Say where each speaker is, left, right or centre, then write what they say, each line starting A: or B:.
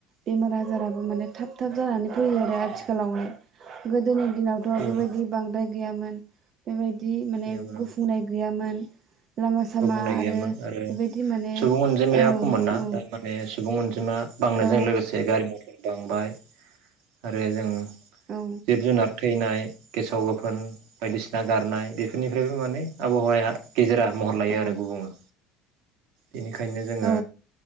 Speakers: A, on the right; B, on the right.
A: बेमार आजाराबो माने थाब थाब जानानै फैयो आरो आथि
B: उम
A: खालावहाय गोदोनि दिनावथ'
B: बेनि
A: बेबायदि बांद्राय गैयामोन। बेबायदि माने
B: गैयामोन
A: गुफुंनाय
B: औ
A: गैयामोन लामा सामा
B: गुबुंनाय
A: आरो
B: गैयामोन
A: बेबायदि माने
B: सुबुं अनजिमाया
A: औ
B: खम मोन ना
A: औ
B: दा माने सुबुं अनजिमा बांनायजों
A: औ
B: लोगोसे गारि मथर बांबाय। आरो जों
A: औ
B: जिब जुनार थैनाय गेसाव गोफोन बायदिसिना गारनाय बेफोरनिफ्रायबो माने आबहावाया गेजेरा महर लायो
A: औ
B: आरो गुबुङो। बेनिखायनो जोङो
A: औ